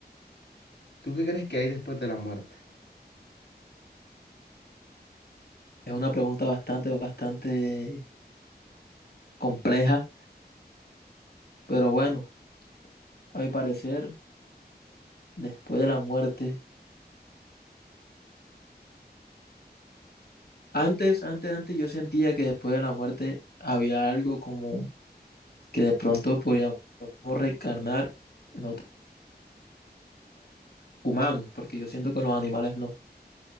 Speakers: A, on the left; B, on the left.
A: ¿tú qué crees que hay después de la muerte?
B: Es una pregunta bastante, bastante compleja, pero bueno, a mi parecer, después de la muerte, antes, antes, antes yo sentía que después de la muerte había algo como que de pronto podíamos reencarnar en otros humanos, porque yo siento que en los animales no.